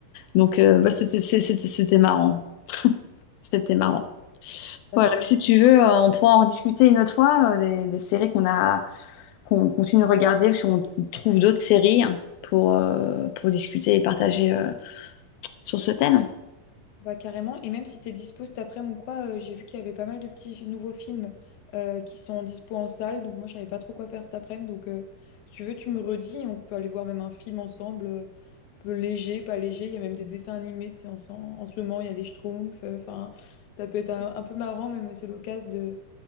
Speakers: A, on the left; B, on the left.
A: Donc euh, bah, c'était c'est- c'était c'était marrant. C'était marrant.
B: Ouais, parce
A: Voilà, donc
B: que-
A: si tu veux, euh, on pourra en rediscuter une autre fois, euh, des, des séries qu'on a, qu'on continue de regarder, ou si on trouve d'autres séries hein, pour, euh, pour discuter et partager euh, sur ce thème.
B: Bah, carrément, et même si t'es dispo cet après-midi ou quoi, euh, j'ai vu qu'il y avait pas mal de petits nouveaux films euh, qui sont en dispo en salle, donc moi je savais pas trop quoi faire cet après-midi, donc euh, si tu veux tu me redis, et on peut aller voir même un film ensemble, euh, peu léger, pas léger, il y a même des dessins animés, tu sais, en, ce- en ce moment il y a les Schtroumpfs, euh, enfin ça peut être un, un peu marrant même, c'est l'occasion de,